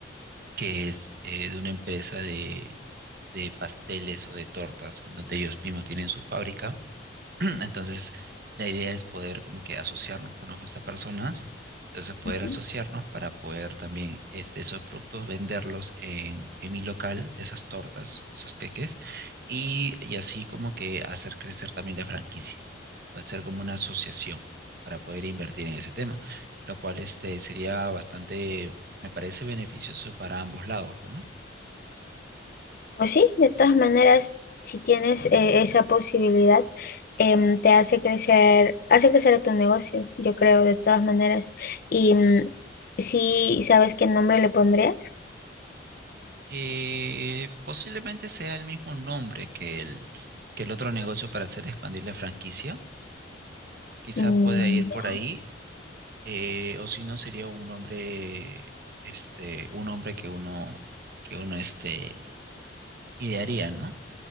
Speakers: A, on the right; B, on the left.
A: que es eh, de una empresa de, de pasteles o de tortas, en donde ellos mismos tienen su fábrica <clears throat> Entonces, la idea es poder como que asociarnos con estas personas, entonces poder
B: <laughs>
A: asociarnos para poder también este, esos productos venderlos en, en mi local, esas tortas, esos queques, y, y así como que hacer crecer también la franquicia, puede ser como una asociación para poder invertir en ese tema, lo cual este, sería bastante, me parece beneficioso para ambos lados, pues, ¿no?
B: Pues sí, de todas maneras, si tienes eh, esa posibilidad, em, te hace crecer, hace crecer a tu negocio, yo creo, de todas maneras. Y mm, sí, ¿sabes qué nombre le pondrías?
A: Eh, posiblemente sea el mismo nombre que el, que el otro negocio para hacer expandir la franquicia. Quizá
B: Mm,
A: pueda ir por
B: ya.
A: ahí, eh, o si no sería un nombre, este, un nombre que uno, que uno este, idearía, ¿no?